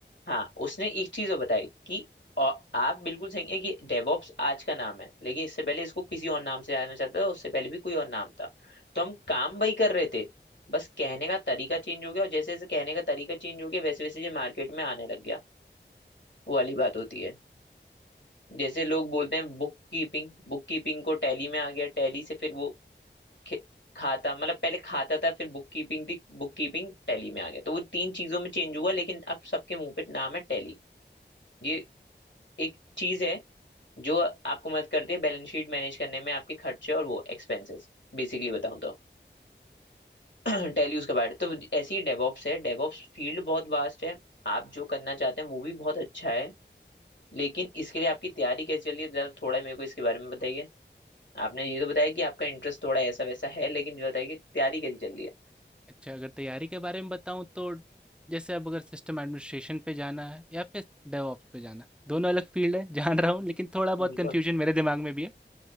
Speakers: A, on the left; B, in the centre.
A: हाँ उसने एक चीज और बताई कि और आप बिल्कुल सही है कि डेवॉप्स आज का नाम है लेकिन इससे पहले इसको किसी और नाम से जाना चाहता था उससे पहले भी कोई और नाम था तो हम काम वही कर रहे थे बस कहने का तरीका चेंज हो गया और जैसे जैसे कहने का तरीका चेंज हो गया वैसे वैसे ये मार्केट में आने लग गया वो वाली बात होती है जैसे लोग बोलते हैं बुक कीपिंग बुक कीपिंग को टैली में आ गया टैली से फिर वो खे- खाता मतलब पहले खाता था फिर बुक कीपिंग थी बुक कीपिंग टैली में आ गया तो वो तीन चीजों में चेंज हुआ लेकिन अब सबके मुंह पे नाम है टैली ये एक चीज है जो आपको मदद करती है बैलेंस शीट मैनेज करने में आपके खर्चे और वो एक्सपेंसेस बेसिकली बताऊं तो <clears throat> टेल यू उसके बारे तो ऐसी ही डेवॉप्स है डेवॉप्स फील्ड बहुत वास्ट है आप जो करना चाहते हैं वो भी बहुत अच्छा है लेकिन इसके लिए आपकी तैयारी कैसे चल रही है जरा थोड़ा मेरे को इसके बारे में बताइए आपने ये तो बताया कि आपका इंटरेस्ट थोड़ा ऐसा वैसा है लेकिन ये बताइए कि तैयारी कैसी चल रही है
B: अच्छा, अगर तैयारी के बारे में बताऊँ तो जैसे अब अगर सिस्टम एडमिनिस्ट्रेशन पे जाना है या फिर डेवऑप्स पे जाना है, दोनों अलग फील्ड है <laughs> जान रहा हूँ लेकिन थोड़ा बहुत
A: बिल्कुल
B: कन्फ्यूजन मेरे दिमाग में भी है।